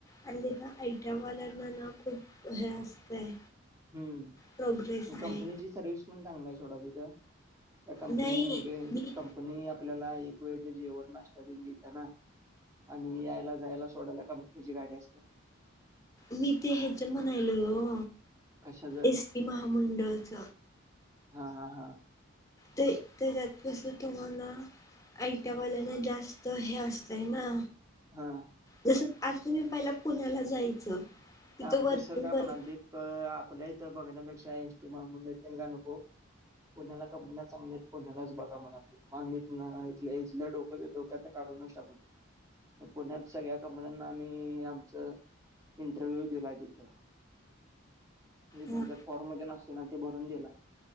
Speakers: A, on the left; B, on the right.
A: आणि तिथं आय टी आय वाल्यांना ना खूप हे असतंय.
B: हम्म,
A: प्रोग्रेस
B: आणि कंपनीची
A: आहे
B: सर्विस पण चांगली आहे सोडा तिथं. तर कंपनी
A: नाही
B: एक
A: मी
B: कंपनी आपल्याला एक वेळचं जेवण नाश्ता पण देत्या ना. आणि यायला जायला सोडायला कंपनीची गाडी असते.
A: मी ते ह्याच म्हणायल हो.
B: कशाच
A: एस टी महामंडळच.
B: हा हा हा
A: ते त्याच्यात कसं तुम्हाला आयट्यावाल्यांना जास्त हे असतय ना
B: हा
A: जसं आज तुम्ही पहिला पुण्याला जायचं तिथं
B: आमचं
A: वर्किंग
B: सर काय
A: करत
B: म्हणालते, त प आपल्या इथं बघण्यापेक्षा एस टी महामंडळ ते का नको. पुण्याला कंपन्या चांगल्या आहेत, पुण्यालाच बघा म्हणालते. मग मी इथ इथलं डोक्याच डोक्यात काढूनच टाकलोय. मग पुण्यात सगळ्या कंपन्यांना आम्ही आमचं इटरव्हू दिलाय तिथं, अन तेंचा
A: हा
B: फॉर्म तेन असते ना ते भरून दिलाय.